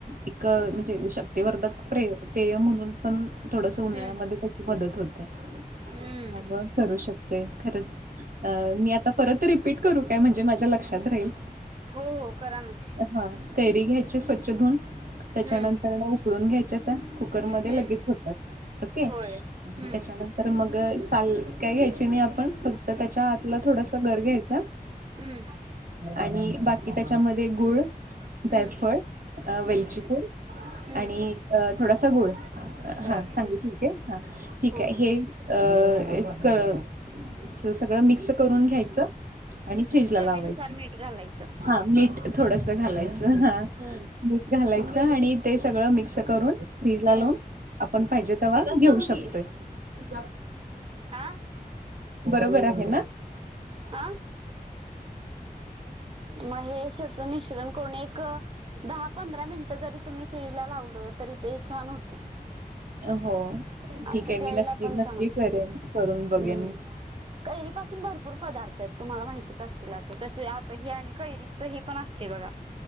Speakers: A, on the right; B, on the right.
A: एक म्हणजे शक्तिवर्धक प्रे प्रेय म्हणून पण थोडस उन्हाळ्यामध्ये
B: हम्म
A: त्याची मदत होत त्या
B: हम्म
A: करू शकते खरच मी आता परत रिपीट करू काय म्हणजे माझ्या ल लक्षात राहील.
B: हो हो करा ना.
A: हा कैरी घ्यायची स्वच्छ धुवून त्याच्यानंतर
B: हम्म
A: उकडून घ्यायच्या त्या कुकरमध्ये
B: हम्म
A: लगेच होतात ओके.
B: होय हम्म
A: त्याच्यानं तर मग साल काय घ्यायची नाही आपण फक्त त्याच्या आातला थोडासा घर घ्यायचा.
B: हम्म.
A: आणि बाकी त्याच्यामध्ये गुळ जायफळ
B: हम्म
A: वेलचीपूड
B: हम्म हम्म
A: आणि थोडासा गूळ
B: बर
A: हा सांगितलं
B: हम्म
A: ते हा ठीक
B: हो
A: आहे
B: हो
A: हे अ सगळं मिक्स करून घ्यायचं आणि
B: हम्म
A: फ्रीज य
B: चवीनुसार मीठ घालायचं.
A: हा मीठ थोडस घालायचं
B: हम्म
A: ह.
B: हम्म
A: मीठ घालायचं आणि ते सगळं मिक्स करून फ्रीज ला लावून
B: हम्म.
A: आपण पाहिजे तेंव्हा घेऊ शकत
B: हा
A: बरोबर आहे ना.
B: हा मग हे सगळं मिश्रण करून एक दहा पंधरा मिनिटं जरी तुम्ही फ्रीजला लावलं तरी ते छान होतं.
A: हो
B: आणि
A: ठीक
B: ते
A: आहे
B: प्यायला
A: मी नक्की
B: पण
A: नक्की
B: चांगत
A: करेन
B: हम्म.
A: करून बघेन
B: कैरी पासून भरपूर पदार्थ आहेत तुम्हाला माहितीच असतील आता तसे आ हे आणि कैरीच हे पण असते बघा